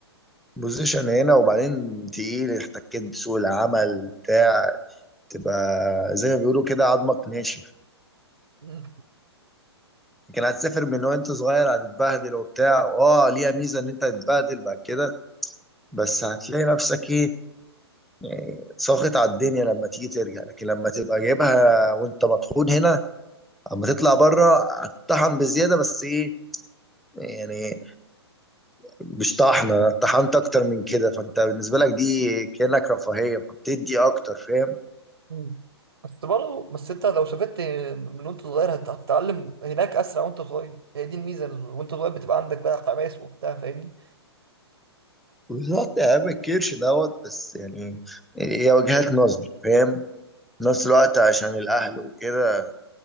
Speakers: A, in the centre; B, on the right.
A: بوزيشن هنا وبعدين تقيل احتكيت بسوق العمل بتاع تبقى زي ما بيقولوا كده عظمك ناشف
B: مم.
A: لكن هتسافر من وانت صغير هتتبهدل وبتاع اه ليها ميزه ان انت هتتبهدل بعد كده بس هتلاقي نفسك ايه يعني ساخط على الدنيا لما تيجي ترجع لكن لما تبقى جايبها وانت مطحون هنا اما تطلع بره هتطحن بزياده بس ايه يعني مش طحنه طحنت اكتر من كده فانت بالنسبه لك دي كانك رفاهيه فبتدي اكتر فاهم
B: مم. بس برضه بس انت لو سافرت من وانت صغير هت- هتتعلم هناك اسرع وانت صغير هي دي الميزه وانت صغير بتبقى عندك بقى حماس وبتاع فاهمني
A: بالظبط يا عم الكرش دوت بس يعني هي وجهات نظر فاهم في نفس الوقت عشان الأهل وكده